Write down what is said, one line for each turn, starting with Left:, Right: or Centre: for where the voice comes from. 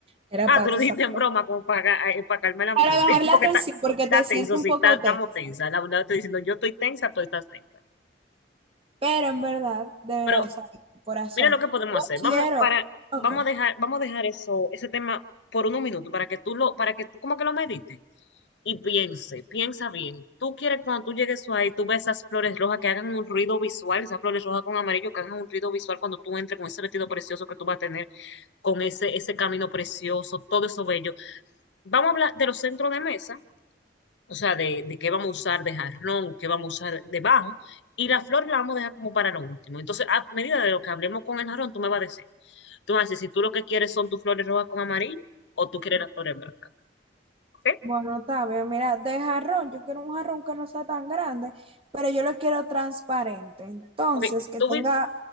Right: Era
Left: Ah,
Right: para,
Left: tú
Right: tú
Left: lo dijiste
Right: sabes.
Left: en broma, como para, eh, para calmar el ambiente,
Right: Para bajar
Left: <laughs>
Right: la
Left: porque
Right: tensión,
Left: está,
Right: porque
Left: está
Right: te siento
Left: tenso, sí,
Right: un poco
Left: está- estamos
Right: tensa.
Left: tensa. La verdad, estoy diciendo, yo estoy tensa, tú estás tensa.
Right: Pero en verdad, de verdad,
Left: Pero
Right: o sea, mi corazón,
Left: mira lo que podemos
Right: yo
Left: hacer.
Right: quiero.
Left: Vamos para,
Right: Ok,
Left: vamos a dejar, vamos a dejar eso, ese tema por unos minutos para que tú lo, para que tú como que lo medites y piense, piensa bien. Tú quieres cuando tú llegues ahí, tú ves esas flores rojas que hagan un ruido visual, esas flores rojas con amarillo que hagan un ruido visual cuando tú entres con ese vestido precioso que tú vas a tener, con ese, ese camino precioso, todo eso bello. Vamos a hablar de los centros de mesa o sea, de, de qué vamos a usar de jarrón, qué vamos a usar de bajo, y la flor la vamos a dejar como para lo último. Entonces, a medida de lo que hablemos con el jarrón, tú me vas a decir, tú me vas a decir si tú lo que quieres son tus flores rojas con amarillo o tú quieres las flores blancas, ¿ok?
Right: bueno, está bien. Mira, de jarrón, yo quiero un jarrón que no sea tan grande, pero yo lo quiero transparente. Entonces,
Left: Ok,
Right: que
Left: tú,
Right: tenga.
Left: vi-